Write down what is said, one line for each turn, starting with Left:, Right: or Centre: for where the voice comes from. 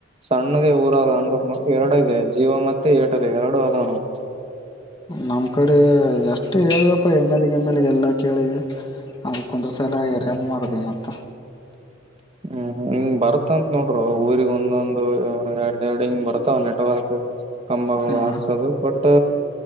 Right: ಸಣ್ಣದೇ ಊರಾದ ಅಂದ್ರನು ಎರಡು ಇದೆ ಜಯೊ ಮತ್ತೆ ಏರ್ಟ್ ಲ್ ಎರಡು ಅದಾವನೋಡ.
Left: ನಮ್ ಕಡೆ ಎಷ್ಟು ಹೇಳಿದವಪ್ಪ ಎಮ್ಮ್ಯಾಲಗೆ-ಗಿ ಎಮ್ಮ್ಯಾಲಗೆ ಎಲ್ಲಾ ಕೇಳಿವ. ಅದಕ್ಕೊಂದ್ರ ಸಲ ಎರಿನ್ ಮಾಡಬೇಕ ಮತ್ತ <unintelligible>
Right: ಹ್ಮ್ ಹ್ಮ್ <unintelligible> ಭಾರತ್ ಬರತಂತ ನೋಡ್ರೋ ಊರಿಗ್ ಒಂದೊಂದು ಎರಡ್, ಎರಡು ಹಿಂಗ್ ಬರ್ತಾವ ನೆಟ್ವರ್ಕ್ ಕಂಬಗಳು
Left: ಮತ್ತ
Right: ಹಾಕ್ ಬಟ್